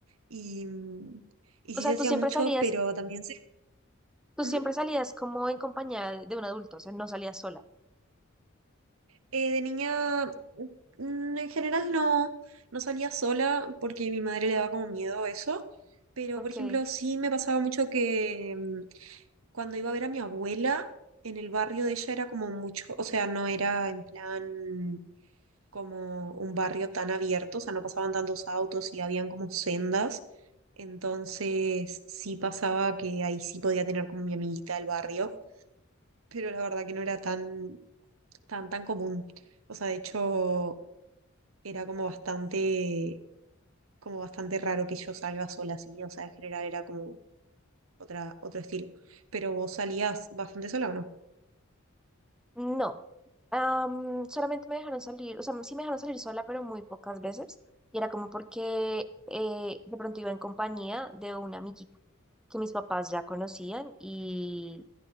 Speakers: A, on the right; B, in the centre.
A: y, mm, y
B: o
A: sí
B: sea,
A: se
B: tú
A: hacía
B: siempre
A: mucho,
B: salías,
A: pero también se...
B: tú siempre
A: Ujú.
B: salías como en compañía de de un adulto, o sea, no salías sola.
A: Eh, de niña, mm, en general no, no salía sola porque mi madre le daba como miedo eso. Pero,
B: Ok.
A: por ejemplo, sí me pasaba mucho que mm, cuando iba a ver a mi abuela en el barrio de ella era como mucho, o sea, no era en plan como un barrio tan abierto, o sea, no pasaban tantos autos y habían como sendas. Entonces sí pasaba que ahí sí podía tener como mi amiguita del barrio, pero la verdad que no era tan, tan, tan común. O sea, de hecho, era como bastante, como bastante raro que yo salga sola así. O sea, en general era como otra, otro estilo. Pero vos salías bastante sola, ¿o no?
B: No, Am, solamente me dejaron salir, o sea, sí me dejaron salir sola, pero muy pocas veces. Y era como porque eh, de pronto iba en compañía de una amiguita que mis papás ya conocían y,